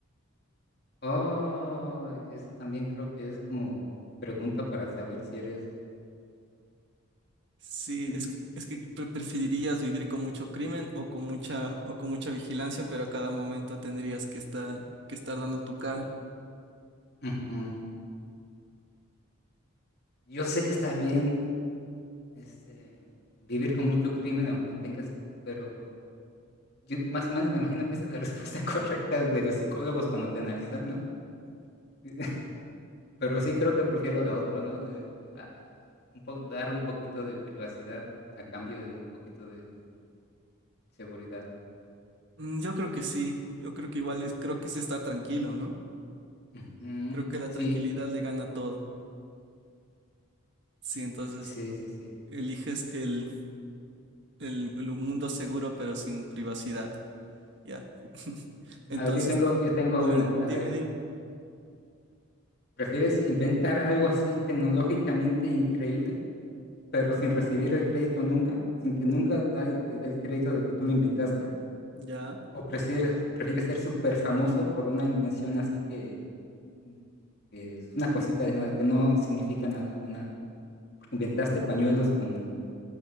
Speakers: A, on the left; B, on the right.
A: Oh, eso también creo que es como pregunta para saber si eres...
B: Sí,
A: Mm,
B: es,
A: mm,
B: es que pre- preferirías vivir con mucho crimen o con mucha o con mucha vigilancia, pero a cada momento tendrías que estar que estar dando tu cara.
A: Ujú. Yo sé que está bien, este, vivir con mucho crimen, aunque tengas, pero Yo más o menos me imagino que esa es la respuesta <laughs> correcta de los psicólogos cuando te analizan, ¿no? <laughs> Pero sí creo que prefiero la otra, ¿no? De, ah, un po- dar un poquito de privacidad a cambio de un poquito de seguridad.
B: Mm, Yo creo que sí, yo creo que igual es, creo que es estar tranquilo, ¿no?
A: Ujú.
B: Creo que la
A: Sí,
B: tranquilidad le gana todo. Sí, entonces
A: sí, sí, sí.
B: eliges el, el, el mundo seguro pero sin privacidad. Ya. <laughs> Entonces,
A: A ver, yo tengo, yo tengo
B: a
A: una.
B: ver,
A: A
B: dime,
A: ver,
B: dime.
A: ¿prefieres inventar algo así tecnológicamente increíble, pero sin recibir el crédito nunca, sin que nunca nadie te dé el crédito de que tú lo inventaste?
B: Ya.
A: ¿O prefieres, prefieres ser súper famoso por una invención así que, mm, que es una cosita de nada, que no significa nada? Una, porque inventaste pañuelos con,